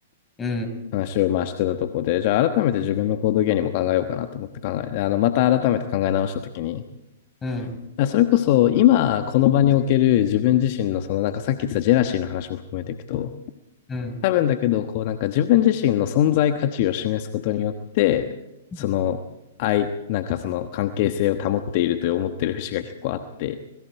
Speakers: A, on the left (about 15°); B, on the left (about 50°).
A: うん。
B: 話をまあしてたとこで、じゃあ改めて自分の行動原理も考えようかなと思って考え、あの、また改めて考え直したときに、
A: うん。
B: あそれこそ今この場における自分自身のそのなんかさっき言ってたジェラシーの話も含めていくと、
A: うん。
B: 多分だけど、こうなんか自分自身の存在価値を示すことによって、
A: うん。
B: その愛、なんかその関係性を保っていると思ってる節が結構あって、